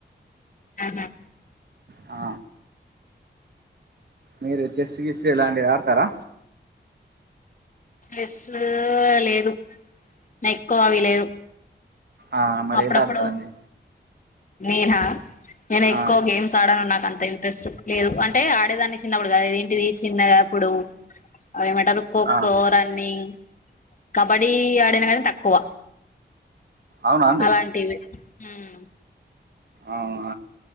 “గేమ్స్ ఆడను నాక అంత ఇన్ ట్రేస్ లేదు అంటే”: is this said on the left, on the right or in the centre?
Left